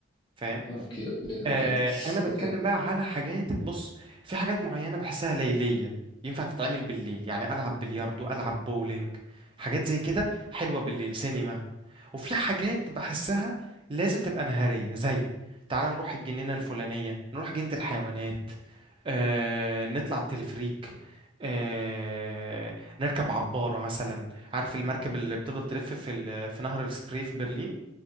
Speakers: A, on the right; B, on the left.
A: فاهم
B: آه، اوكي اوكي
A: آه،
B: اوكي
A: انا بتكلم
B: اوكي
A: بقى على حاجات بص في حاجات معينه بحسها ليليه ينفع تتعمل بالليل يعني العب بلياردو العب بولينج حاجات زي كده حلوه بالليل سينما وفي حاجات بحسها لازم تبقى نهاريه زي تعال نروح الجنينه الفلانيه نروح جنينه الحيوانات آه، نطلع التلفريك آه، نركب عبارة مثلا عارف المركب اللي بتفضل تلف في ال- في نهر السبري في برلين